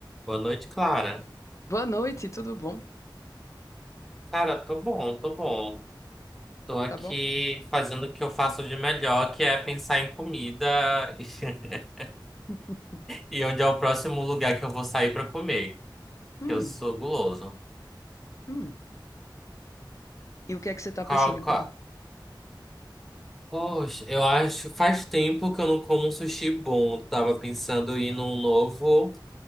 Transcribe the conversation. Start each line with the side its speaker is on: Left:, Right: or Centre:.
Centre: Boa noite, Clara.
Left: Boa noite, tudo bom?
Centre: Cara, tô bom, tô bom. Tô aqui
Left: Tá bom?
Centre: fazendo o que eu faço de melhor, que é pensar em comida <laughs>
Left: <laughs>
Centre: e onde é o próximo lugar que eu vou sair pra comer,
Left: Hum,
Centre: que eu sou guloso.
Left: hum. E o que é que você tá pensando
Centre: Qual,
Left: em comer?
Centre: qual? Poxa, eu acho faz tempo que eu não como um sushi bom. Tava pensando em ir num novo,